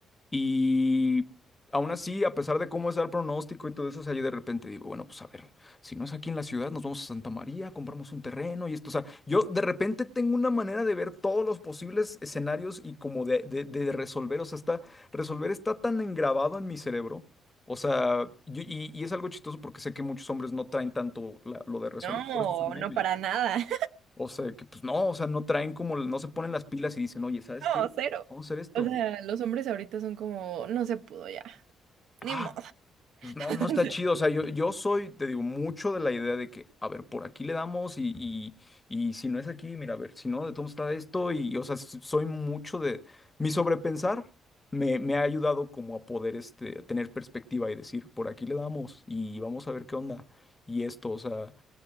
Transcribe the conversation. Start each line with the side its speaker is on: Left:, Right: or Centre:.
Left: Y aún así, a pesar de cómo es el pronóstico y todo eso, o sea, yo de repente digo, bueno, pues a ver, si no es aquí en la ciudad, nos vamos a Santa María, compramos un terreno y esto. O sea, yo de repente tengo una manera de ver todos los posibles escenarios y como de, de, de resolver, o sea, está, resolver está tan engrabado en mi cerebro. O sea, yo- y, y es algo chistoso porque sé que muchos hombres no traen tanto la- lo de resolver,
Right: No,
Left: por eso es un meme.
Right: no para nada. <laughs>
Left: O sea, que pues no, o sea, no traen como, no se ponen las pilas y dicen, oye, ¿sabes
Right: No,
Left: qué?
Right: cero.
Left: Vamos a hacer esto.
Right: O sea, los hombres ahorita son como, no se pudo ya,
Left: ah
Right: ni modo.
Left: Pues no,
Right: <laughs>
Left: no está chido. O sea, yo, yo soy, te digo, mucho de la idea de que, a ver, por aquí le damos y, y, y si no es aquí, mira, a ver, si no, de todo está esto. Y, o sea, s- soy mucho de... Mi sobrepensar me, me ha ayudado como a poder este, a tener perspectiva y decir, por aquí le damos y vamos a ver qué onda. Y esto, o sea,